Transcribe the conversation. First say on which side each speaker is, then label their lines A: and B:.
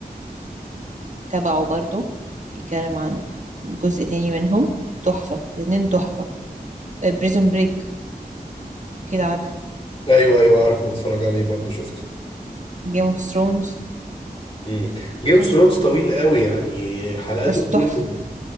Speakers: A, on the right (about 50°); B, on the left (about 35°).
A: تبعه برضه بيتكلم عن جزء تاني منهم تحفة الاتنين تحفة بريزون بريك كده عارفه
B: ايوه ايوه عارفه بتفرج عليه برضو شفته
A: جيم اوف ثرونز
B: امم جيم اوف ثرونز طويل قوي يعني حلقاته
A: بس
B: كتير
A: تحفة
B: جدا